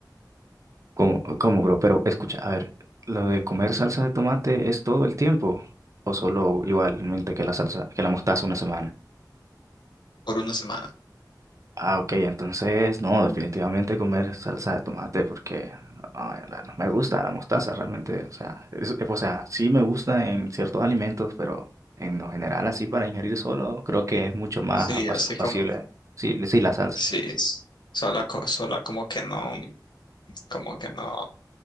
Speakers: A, on the right (about 45°); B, on the left (about 85°).
A: ¿Cómo, cómo, bro? Pero escucha, a ver, ¿lo de comer salsa de tomate es todo el tiempo? ¿O solo igualmente que la salsa, que la mostaza una semana?
B: Por una semana.
A: Ah, ok, entonces, no, definitivamente comer salsa de tomate porque ay, la- no, me gusta la mostaza realmente. O sea, es- eh, o sea, sí me gusta en ciertos alimentos, pero en lo general, así para ingerir solo, creo que es mucho más
B: Sí,
A: apas-
B: así
A: apacible.
B: como,
A: Sí, sí, la salsa.
B: sí, s- sola, co- sola como que no, como que no,